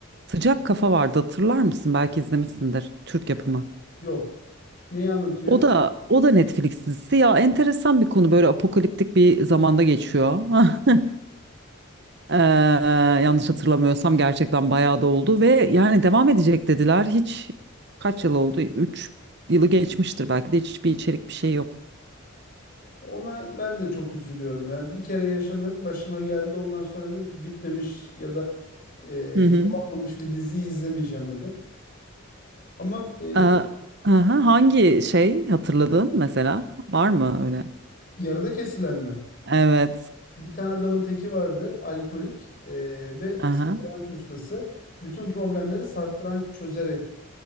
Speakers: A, on the right; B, on the left.
A: Sıcak Kafa vardı hatırlar mısın? Belki izlemişsindir. Türk yapımı.
B: Yok. Neyi anlatıyor?
A: O da o da Netflix dizisi ya enteresan bir konu böyle apokaliptik bir zamanda geçiyor. <laughs> Ee, e, yanlış hatırlamıyorsam gerçekten bayağı da oldu ve yani devam edecek dediler. Hiç kaç yıl oldu? 3 yılı geçmiştir belki de hiçbir içerik bir şey yok.
B: Ona ben de çok üzülüyorum ya. Bir kere yaşadım, başıma geldi. Ondan sonra dedim ki bitmemiş ya da e,
A: Hı hı.
B: yol almamış bir diziyi izlemeyeceğim dedim. Ama e,
A: Ee, aha, hangi şey hatırladın mesela? Var mı öyle?
B: yarıda kesilenme.
A: Evet.
B: Bir tane adamın teki vardı, alkolik e, ve
A: Aha.
B: satranç ustası. Bütün problemleri satranç çözerek,